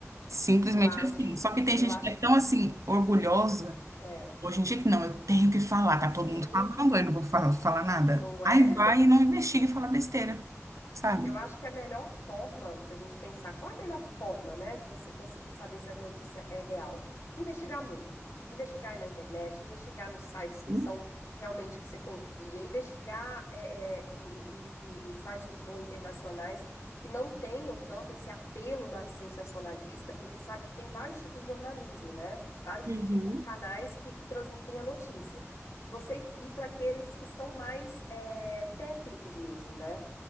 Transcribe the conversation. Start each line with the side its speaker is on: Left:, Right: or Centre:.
Right: Simplesmente
Left: Eu acho,
Right: assim. Só que tem
Left: eu
Right: gente
Left: acho
Right: que é
Left: que
Right: tão
Left: é.
Right: assim orgulhosa
Left: é.
Right: hoje em dia que não, eu tenho que falar, tá
Left: Sim,
Right: todo mundo falando, eu não vou falar, falar nada.
Left: não
Right: Aí
Left: é?
Right: vai e não investiga e fala besteira, sabe?
Left: Eu acho que a melhor forma, se a gente pensar qual é a melhor forma, né, de você conseguir saber se a notícia é real, investigar muito. Investigar aí na internet, investigar nos sites que
Right: Uhum.
Left: são realmente que você confia, investigar é, é, em, em- em sites, como você falou, internacionais, que não tenham tanto esse apelo na- sensacionalista, porque a gente sabe que tem vários tipos de jornalismo, né? Vários
Right: Uhum.
Left: tipos de canais que, que transmitem a notícia. Você ir para aqueles que são mais é, técnicos mesmo, né?